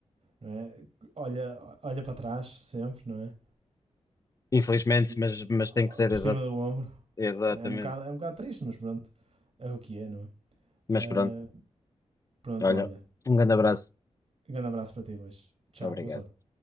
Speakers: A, on the right (about 55°); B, on the left (about 30°).
A: não é? olha, olha para trás sempre, não é?
B: Infelizmente,
A: Tipo,
B: mas, mas tem que ser
A: por
B: exato.
A: cima do ombro.
B: Exatamente.
A: É um bocado, é um bocado triste, mas pronto. É o que é, não é?
B: Mas
A: Ah,
B: pronto,
A: pronto,
B: olha,
A: olha.
B: um grande abraço.
A: Um Grande abraço para ti, Luís. Tchau,
B: Obrigado.
A: boa sorte.